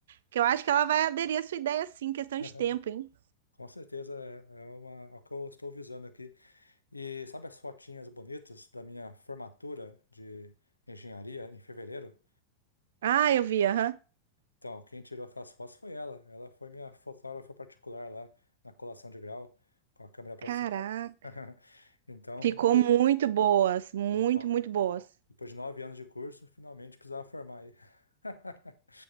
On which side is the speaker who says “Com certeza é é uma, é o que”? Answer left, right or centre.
Left